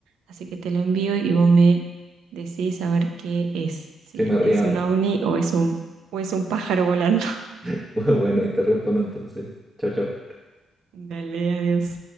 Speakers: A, on the right; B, on the right.
A: así que te lo envío y vos me decís a ver qué es, si
B: Si me
A: es
B: río o
A: un
B: no.
A: ovni o es un, o es un pájaro volando. <laughs>
B: <laughs> Bueno, ahí te respondo entonces. Chao, chao.
A: Dale, adiós.